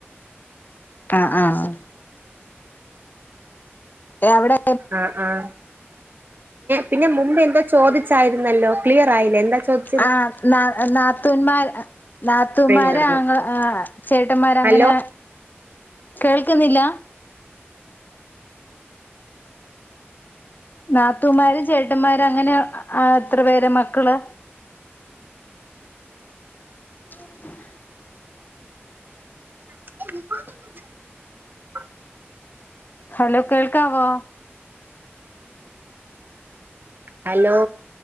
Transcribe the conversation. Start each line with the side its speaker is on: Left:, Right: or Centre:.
Left: ആഹ് ആഹ് എഅവിടെ
Right: ആഹ് ആഹ് പിന്നെ മുമ്പ് എന്തോ ചോദിച്ചായിരുന്നല്ലോ ക്ലിയർ ആയില്ലേ എന്താ ചോദിച്ച
Left: ആഹ് ന നാത്തൂന്മാർ നാത്തൂമാര്
Right: അപ്പഴേക്കും നടന്ന്
Left: ആങ്ങ ആ ചേട്ടന്മാര അങ്ങനെ
Right: ഹലോ
Left: കേൾക്കുന്നില്ല നാത്തൂമാര്ചേട്ടന്മാര് അങ്ങനെ എത്ര പേര് മക്കള് <inaudible>
Right: <unintelligible>
Left: ഹലോ കേൾക്കാവോ
Right: ഹലോ